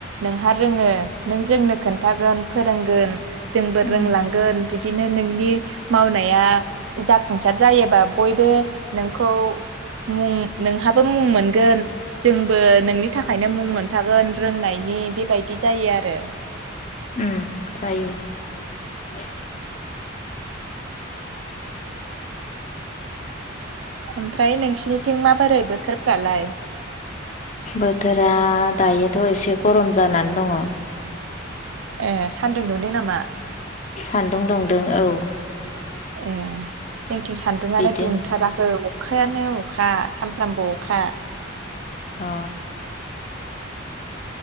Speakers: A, on the right; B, on the left.
A: नोंहा रोङो नों जोंनो खोन्थागोन फोरोंगोन जोंबो रोंलांगोन
B: उम
A: बि दिनो नोंनि मावनाया जाफुंसार जायोबा बयबो नोंखौ मुं नोंहाबो मुं मोनगोन जोंबो नोंनि थाखायनो मुं मोन फागोन रोंनायनि बेबायदि जायो आरो
B: उम जायो
A: ओमफ्राय नोंसिनिथिं माबोरै बोथोरफ्रालाय
B: बोथोरा दायोथ' एसे गरम जानानै दङ
A: ए सान्दुं दुंदों नामा
B: सान्दुं दुंदों औ
A: ए जोंथिं सान्दुङानो
B: बिदिनो
A: दुंथाराखै अखायानो अखा सामफ्रामबो अखा
B: अ